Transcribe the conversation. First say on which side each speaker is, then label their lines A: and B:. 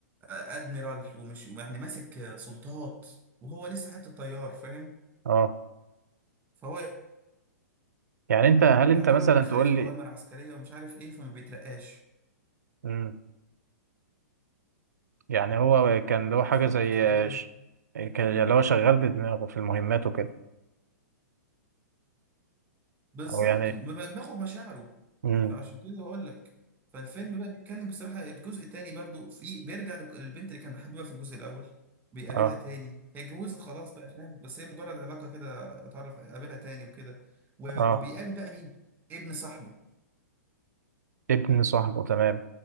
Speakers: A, on the right; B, on the right.
A: آه، ادميرال ومش يعني ماسك آه، سلطات وهو لسه حتة طيار فاهم
B: اه
A: فهو
B: يعني انت هل انت
A: يعتبر
B: مثلا
A: بيخالف
B: تقول
A: اوامر عسكرية ومش عارف ايه فما بيترقاش
B: لي يعني هو كان له
A: ف- فكنت
B: حاجة زي
A: بتقول ايه
B: ش- كان اللي هو شغال بدماغه في المهمات وكده
A: بالظبط
B: أو يعني
A: بيبقى دماغه بمشاعره
B: مم.
A: فعشان كده بقول لك فالفيلم بقى بيتكلم بصراحة الجزء التاني برضو في بيرجع لك- للبنت اللي كان بيحبها في الجزء الأول بيقابلها
B: اه
A: تاني هي اتجوزت خلاص بقى فاهم بس هي مجرد علاقة كده اتعرف قابلها تاني وكده و-
B: اه
A: وبيقابل بقى مين ابن صاحبه
B: ابن صاحبه تمام